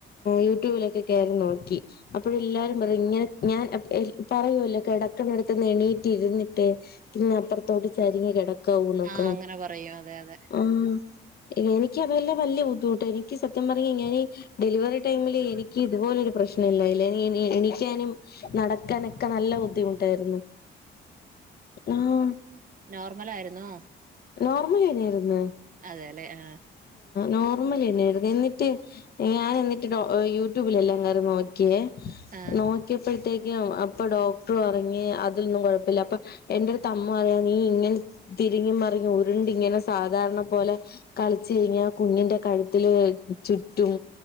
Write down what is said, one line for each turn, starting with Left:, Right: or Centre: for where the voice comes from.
Left: യൂട്യൂബിലൊക്കെ കയറി നോക്കി അപ്പോഴ എല്ലാരും പറയും ഇങ്ങനെ ഞാൻ പറയുമല്ലോ കിടക്കുന്നടുത്ത് എണീയിട്ടിരുന്നിട്ട് പിന്നെ അപ്പറ്ത്തോട്ട് ചരിഞ് കിടക്കാ ഉണക്കെ
Right: ആ അങ്ങനെ പറയും അതെ അതെ
Left: ആഹ് എനിക്ക വെല്ലാം പല്ലു തോട്ട് എനിക്ക് സത്യം പറഞ്ഞ <unintelligible> ഞാ ഡെലിവറിടൈമില് എനിക്ക് ഇതുപോലൊ ഒരു പ്രശ്നം നില്ലേ ലേല്ല എനിക്കേനും നടക്കാനൊക്ക നല്ല ബുദ്ധിമുട്ടായിരുന്നു ആഹ്
Right: നോർമലായിരുന്നോ
Left: നോർമൽ എനെയ് രുന്ന
Right: അതെല്ലേ ആഹ്
Left: നോർമലെന്നെണ് എന്നിട്ട് ഞാൻ എന്നിട്ട് യൂട്യൂബിലെല്ലാം കേറി നോക്കിയേ
Right: ആ
Left: നോക്ക്യയ പ്പെ ത്തേക്കും അപ്പെ ഡോക്ടർ പറ്ഞ്ഞ് അതൊന്നും കൊഴപ്പല്ല എന്റെട്ത്തമ്മ നീ ഇങ്ങനെ തിരിഞ്ഞു മറിഞ്ഞും ഉരുണ്ടിങ്ങനെ സാധാരണ പോലെ കളിച്ച്ങ്ങനെ കുഞ്ഞിന്റെ കഴുത്തില് ചുറ്റും